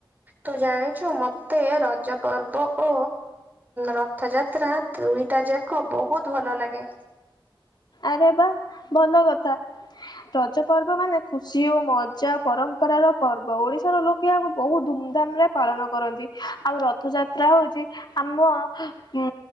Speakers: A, on the right; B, on the left.
A: ତୁ ଜାଣିଛୁ ମତେ ରଜ ପର୍ବ ଓ ରଥଯାତ୍ରା ଦୁଇଟା ଯାକ ବହୁତ ଭଲ ଲାଗେ।
B: ଆରେ ବା ଭଲ କଥା! ରଜ ପର୍ବ ମାନେ ଖୁସି ଓ ମଜା ପରମ୍ପରର ପର୍ବ ଓଡିଶାର ଲୋକ କେଆକୁ ବହୁତ ଧୁମଧାମ ରେ ପାଳନ କରନ୍ତି। ଆଉ ରଥଯାତ୍ରା ହଉଛି ଆମ ଉଁ